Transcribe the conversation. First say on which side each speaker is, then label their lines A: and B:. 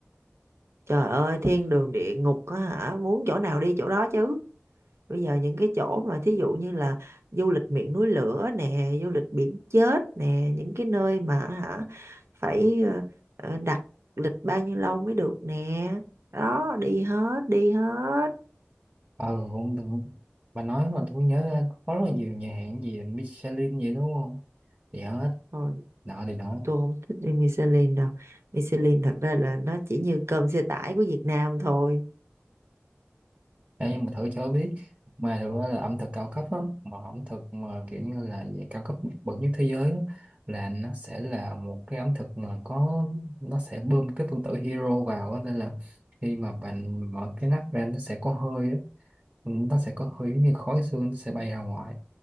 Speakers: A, on the right (about 80°); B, on the right (about 30°).
A: Trời ơi, thiên đường địa ngục á hả? Muốn chỗ nào đi chỗ đó chứ. Bây giờ những cái chỗ mà thí dụ như là du lịch miệng núi lửa nè, du lịch biển chết nè, những cái nơi mà hả phải ờ, ờ, đặt lịch bao nhiêu lâu mới được nè. Đó, đi hết, đi hết.
B: ờ cũng đúng. bà nói mà tôi nhớ ra có rất là nhiều nhà hàng gì Michelin vậy đúng không thì hết
A: Rồi
B: nọ thì đó
A: tôi không thích đi Michelin đâu Michelin thật ra là nó chỉ như cơm xe tải của Việt Nam thôi
B: Đấy, nhưng mà thử cho biết mà thực ra là ẩm thực cao cấp á mà ẩm thực mà kiểu như là về cao cấp bậc nhất thế giới á, là nó sẽ là một cái ẩm thực mà có nó sẽ bơm cái phân tử hero vào á, nên là khi mà bạn mở cái nắp ra nó sẽ có hơi á, nó sẽ có hơi như khói xương nó sẽ bay ra ngoài